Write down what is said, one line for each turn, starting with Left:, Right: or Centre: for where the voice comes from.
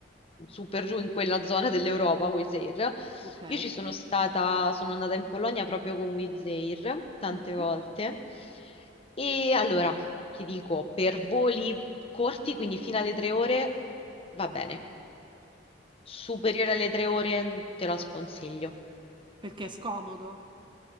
Left: su per giù in quella zona dell'Europa, Wizz Air.
Right: Ok.
Left: Io ci sono stata, sono andata in Polonia proprio con Wizz Air tante
Right: Mm-hmm.
Left: volte. E allora, ti dico, per voli corti, quindi fino alle tre ore, va bene. Superiore alle tre ore, te la sconsiglio.
Right: perché è scomodo,